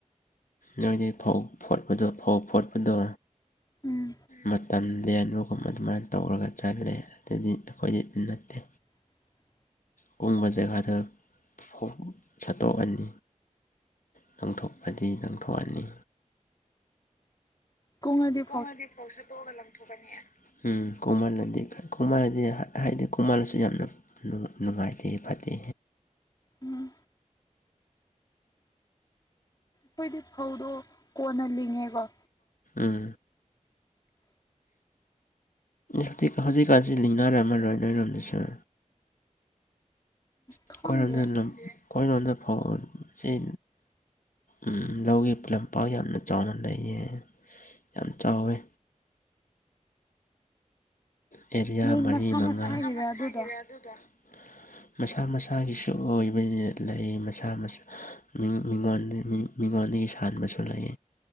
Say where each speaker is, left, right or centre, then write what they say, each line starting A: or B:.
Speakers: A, on the left; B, on the left.
A: ꯅꯣꯏꯗꯤ ꯐꯧ ꯐꯣꯠꯄꯗꯣ ꯐꯧ ꯐꯣꯠꯄꯗꯣ
B: ꯎꯝ
A: ꯃꯇꯝ ꯂꯦꯟꯕꯒꯨꯝꯕ ꯑꯗꯨꯃꯥꯏꯅ ꯇꯧꯔꯒ ꯆꯠꯂꯦ ꯑꯗꯨꯗꯤ ꯑꯩꯈꯣꯏꯗꯤ ꯅꯠꯇꯦ
B: <inaudible>
A: ꯀꯨꯡꯕ ꯖꯒꯥꯗꯣ ꯐꯧ ꯁꯥꯠꯇꯣꯛꯑꯅꯤ ꯉꯥꯡꯊꯣꯛꯄꯗꯤ ꯉꯥꯡꯊꯣꯛꯑꯅꯤ
B: ꯀꯨꯡꯉꯗꯤ
A: ꯀꯣꯡꯅꯗꯤ ꯐꯥꯎ ꯁꯠꯇꯣꯛꯑꯒ ꯂꯪꯊꯣꯛꯀꯅꯤ ꯎꯝ ꯀꯨꯡꯃꯜꯂꯗꯤ ꯀꯨꯡꯃꯜꯂꯗꯤ ꯍꯥꯏꯗꯤ ꯀꯨꯡꯃꯜꯂꯁꯨ ꯌꯥꯝꯅ ꯅꯨꯡꯉꯥꯏꯇꯦ ꯐꯠꯇꯦ
B: ꯎꯝ ꯑꯩꯈꯣꯏꯗꯤ ꯐꯧꯗꯣ ꯀꯣꯟꯅ ꯂꯤꯡꯉꯦꯀꯣ
A: ꯎꯝ ꯍꯧꯖꯤꯛ ꯍꯧꯖꯤꯛꯀꯥꯟꯁꯤ ꯂꯤꯡꯅꯥꯔꯝꯃꯔꯣꯏ ꯅꯣꯏꯔꯣꯝꯗꯁꯨ
B: ꯈꯪꯗꯦ
A: ꯑꯩꯈꯣꯏꯔꯣꯝꯗ ꯂꯝ ꯑꯩꯈꯣꯏꯔꯣꯝꯗ ꯐꯧꯁꯦ ꯎ ꯂꯧꯒꯤ ꯂꯝꯄꯥꯛ ꯌꯥꯝꯅ ꯆꯥꯎꯅ ꯂꯩꯌꯦ ꯌꯥꯝ ꯆꯥꯎꯋꯦ ꯑꯦꯔꯤꯌꯥ
B: ꯅꯣꯏ ꯃꯁꯥ
A: ꯃꯔꯤ ꯃꯉꯥ
B: ꯃꯁꯥꯒꯤꯔ
A: <unintelligible>
B: ꯑꯗꯨꯗꯣ
A: ꯃꯁꯥ ꯃꯁꯥꯒꯤꯁꯨ ꯑꯣꯏꯕ ꯂꯩ ꯃꯁꯥ ꯃꯁꯥ ꯃꯤꯉꯣꯟ ꯃꯤꯉꯣꯟꯗꯒꯤ ꯁꯥꯟꯕꯁꯨ ꯂꯩ